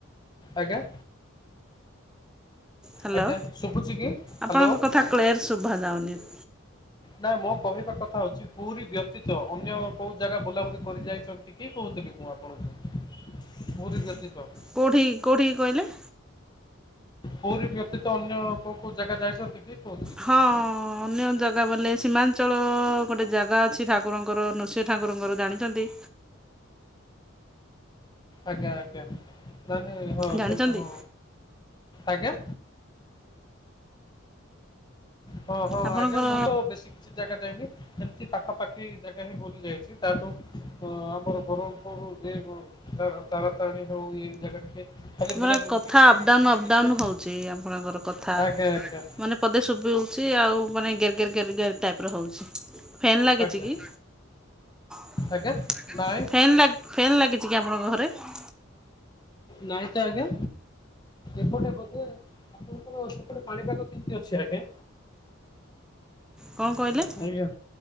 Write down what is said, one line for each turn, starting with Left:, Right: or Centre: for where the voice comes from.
Left: ଆଜ୍ଞା।
Centre: ହ୍ୟାଲୋ
Left: ଆଜ୍ଞା ଶୁଭୁଛି କି? ହ୍ୟାଲୋ
Centre: ଆପଣଙ୍କ କଥା କ୍ଳେୟର ଶୁଭା ଯାଉନି।
Left: ନା ମୋ କହିବା କଥା ହଉଛି ପୁରୀ ବ୍ୟତୀତ ଅନ୍ୟ କୋଉ ଜାଗା ବୁଲାବୁଲି କରି ଯାଇଛନ ଟିକି କହୁଥିଲି ମୁଁ ଆପଣଙ୍କୁ ପୁରୀ ବ୍ୟତୀତ।
Centre: କେଉଠିକି କେଉଠି କି କହିଲେ?
Left: ପୁରୀ ବ୍ୟତୀତ ଅନ୍ୟ କୋଉ କୋଉ ଜାଗା ଯାଇଛନ୍ତି କି କହୁଛି।
Centre: ହଁ ଅନ୍ୟ ଜାଗା ବୋଲେ ସୀମାଞ୍ଚଳ ଗୋଟେ ଜାଗା ଅଛି ଠାକୁରଙ୍କର ନୃସିିଂହ ଠାକୁରଙ୍କର ଜାଣିଛନ୍ତି?
Left: ଆଜ୍ଞା ଆଜ୍ଞା ମାନେ ହଁ
Centre: ଜାଣିଛନ୍ତି
Left: ସେ ହଁ ଆଜ୍ଞା। ହଁ ହଁ
Centre: ଆପଣଙ୍କର
Left: ଆଜ୍ଞା ମୁଁ ତ ବେଶୀ କିଛି ଜାଗା ଯାଇନି ଏମିତି ପାଖାପାଖି ଜାଗା ହିଁ ବୁଲିଯାଇଛି ତାଠୁ ଆମର ବର ହଉ ହଉ ଯେ ଗୁ ତାରାତାରଣୀ ହଉ ଏ ଜାଗା ଟିକେ ଖାଲି
Centre: ମାନେ
Left: ବୁଲାବୁଲି
Centre: କଥା
Left: କିଛି
Centre: ଅପଡାଉନ
Left: ସ୍ମୃତି
Centre: ଅପଡାଉନ
Left: କ
Centre: ହଉଛି ଆପଣଙ୍କର କଥା
Left: ଆଜ୍ଞା ଆଜ୍ଞା
Centre: ମାନେ ପଦେ ଶୁଭୁଉଛି ଆଉ ମାନେ ଗେର ଗେର ଗେର ଗେ ଟାଇପ୍ ର ହଉଛି। ଫେନ୍ ଲାଗିଛି
Left: ଆଜ୍ଞା
Centre: କି? ଆଜ୍ଞା।
Left: ଆଜ୍ଞା ନାଇଁ ନାଇଁ ତ ଆଜ୍ଞା। ଏପଟେ ବୋଧେ ଆପଣଙ୍କର ସେପଟେ ପାଣିପାଗ କେମିତି ଅଛି ଆଜ୍ଞା?
Centre: କଣ କହିଲେ?
Left: ଆଜ୍ଞା